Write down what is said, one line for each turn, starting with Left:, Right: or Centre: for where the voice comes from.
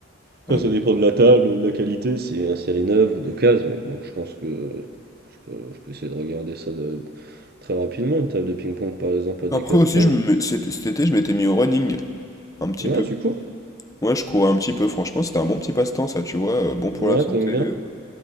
Right: Après,
Left: Ouais,
Right: ça dépend de la table, de la qualité, c'est, si elle est neuve ou d'occasion, mais bon, je pense que. Je peux, je peux essayer de regarder ça de, Très rapidement, une table de ping-pong par exemple à Decathlon.
Left: Après aussi, je me... cet cet été, je m'étais mis au running un petit
Right: Ouais,
Left: peu.
Right: tu cours?
Left: Ouais, je courais un petit peu. Franchement, c'était un bon petit passe-temps, ça, tu vois. euh, bon pour
Right: Ouais,
Left: la santé.
Right: t'aimes
Left: euh,
Right: bien?